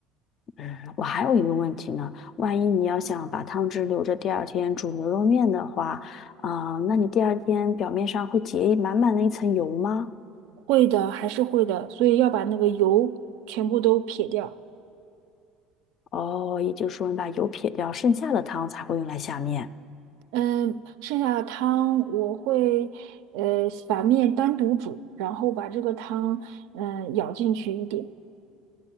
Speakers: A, on the left; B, on the right.
A: 嗯，我还有一个问题呢，万一你要想把汤汁留着第二天煮牛肉面的话，啊、那你第二天表面上会结满满的一层油吗？
B: 会的，还是会的，所以要把那个油全部都撇掉。
A: 哦，也就是说你把油撇掉，剩下的汤才会用来下面。
B: 嗯，剩下的汤我会呃把面单独煮，然后把这个汤嗯、呃舀进去一点，